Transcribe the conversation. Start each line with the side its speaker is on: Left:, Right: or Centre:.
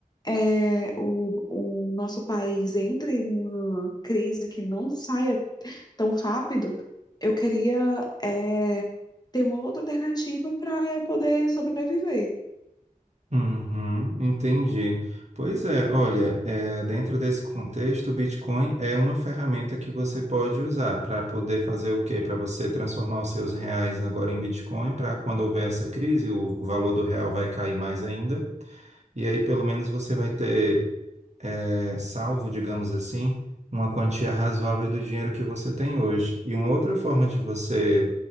Left: é, o, o nosso país entre numa crise que não saia tão rápido, eu queria é, ter uma outra alternativa para eu poder sobreviver.
Right: Uhum, entendi. Pois é, olha, é, dentro desse contexto, o Bitcoin é uma ferramenta que você pode usar para poder fazer o quê? Para você transformar os seus reais agora em Bitcoin, para quando houver essa crise, o o valor do real vai cair mais ainda. E aí, pelo menos, você vai ter é, salvo, digamos assim, uma quantia razoável do dinheiro que você tem hoje. E uma outra forma de você